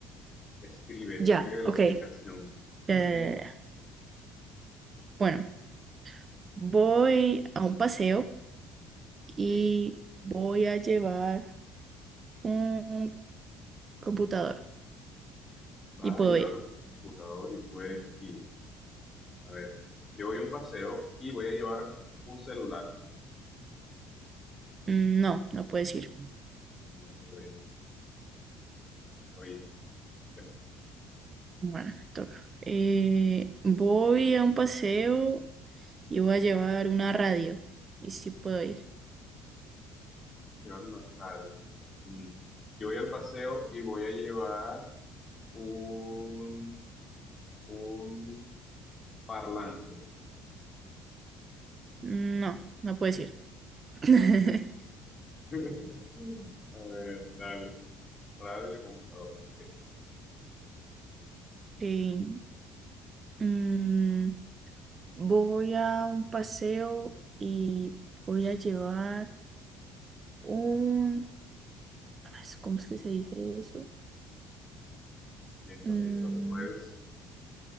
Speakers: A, on the left; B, on the right.
A: Escribe,
B: Ya,
A: escribe la
B: ok.
A: explicación.
B: Eh,
A: <laughs>
B: bueno. Voy a un paseo y
A: Eh,
B: voy a llevar un computador.
A: Vas
B: ¿Y puedo
A: a llevar
B: ir?
A: un computador y puedes ir. A ver, yo voy a un paseo y voy a llevar un celular.
B: Mm, No, no puedes ir.
A: No, puedo Oye, te
B: Bueno, me toca. Eh, voy a un paseo y voy a llevar una radio. ¿Y si puedo ir?
A: vas a llevar una radio. Mm. Yo voy al paseo y voy a llevar un, un parlante.
B: No, no puedes ir. <laughs>
A: <laughs> A ver, dale. Radio, computadora. ok.
B: Eh, mm, voy a un paseo y voy a llevar un... ah, ¿Cómo es que se dice eso?
A: Piensa,
B: Mm,
A: piensa, tú puedes.